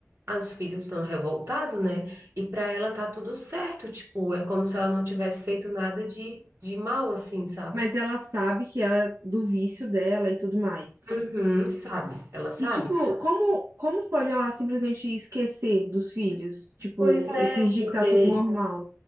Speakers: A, on the right; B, on the right.
A: aí os filhos estão revoltados, né? E para ela tá tudo certo, tipo, é como se ela não tivesse feito nada de, de mal, assim, sabe?
B: Mas ela sabe que ela do vício dela e tudo mais.
A: Uhum, sabe, ela sabe.
B: E tipo, como como pode ela simplesmente esquecer dos filhos, tipo,
A: Pois é,
B: e fingir
A: porque.
B: que tá tudo normal?